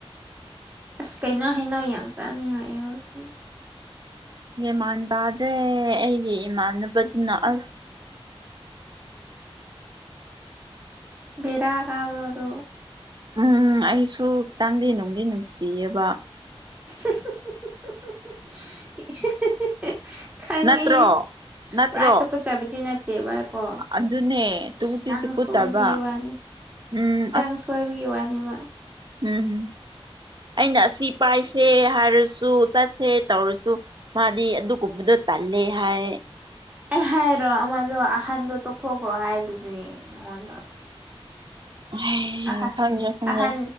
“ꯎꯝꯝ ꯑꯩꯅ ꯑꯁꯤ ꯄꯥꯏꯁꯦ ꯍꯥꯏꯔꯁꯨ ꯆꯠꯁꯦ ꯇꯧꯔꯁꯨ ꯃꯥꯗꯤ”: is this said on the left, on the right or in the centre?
Right